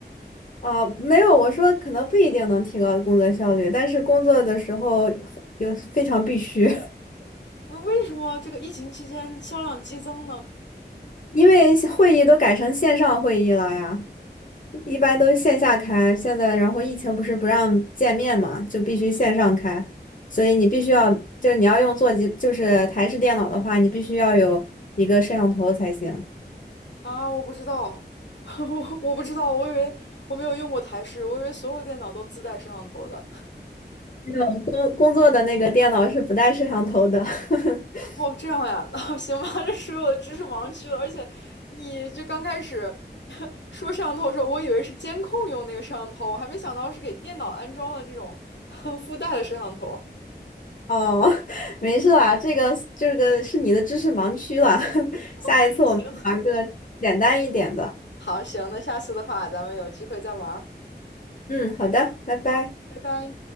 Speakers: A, on the left; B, on the left.
A: 啊、没有，我说可能不一定能提高工作效率，但是工作的时候有非常必须，
B: 不是为什么这个疫情期间销量激增呢？
A: <laughs> 因为会议都改成线上会议了呀。一般都是线下开，现在然后疫情不是不让见面嘛，就必须线上开，所以你必须要，就是你要用座机，就是台式电脑的话，你必须要有一个摄像头才行。
B: 啊，我不知道，<laughs> 我我不知道，我以为我没有用过台式，我以为所有电脑都自带摄像头的。
A: 我种工工作的那个电脑是不带摄像头的。<laughs>
B: 哦，这样呀，<laughs> 那行吧，这属于我的知识盲区了。而且，你就刚开始 <laughs> 说摄像头的时候，我以为是监控用那个摄像头，我还没想到是给电脑安装了这种 <laughs> 附带的摄像头。
A: 哦，<laughs> 没事啦，这个这个是你的知识盲区了，<laughs> 下一次我们玩个简单一点的。
B: <laughs> 行，好，行，那下次的话，咱们有机会再玩儿。
A: 嗯，好的，拜拜。
B: 好，拜拜。